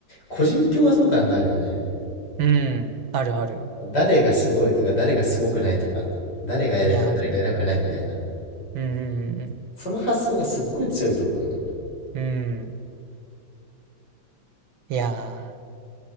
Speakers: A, on the left (about 60°); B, on the right (about 80°).
A: 個人競争感があるよね。
B: うん、あるある。
A: 誰がすごいとか、誰がすごくないとか、誰が偉いとか、
B: いや、
A: 誰が偉くないみたいな。
B: あるね。うんうん
A: その発想がすっごい強いと思うよね。
B: うんうん。うん。いやー、